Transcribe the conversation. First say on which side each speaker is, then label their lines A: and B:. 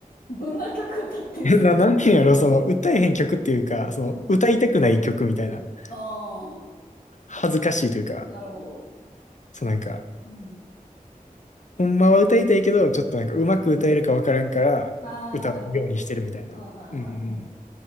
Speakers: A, on the left; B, on the left.
A: どんな曲歌ってんすか
B: <laughs> な、なんていうんやろ、その、歌えへん曲っていうか、その、
A: うん。
B: 歌いたくない曲みたいな。なんか
A: ああ、
B: 恥ずかしいというか、
A: なるほど。
B: そうなんか、
A: うん。
B: ほんまは歌いたいけど、ちょっとなんかうまく歌えるかわからんから、
A: うんああー、
B: 歌わんようにしてるみたいな。
A: なるほど。あ、はいはいはい。
B: うんうん。で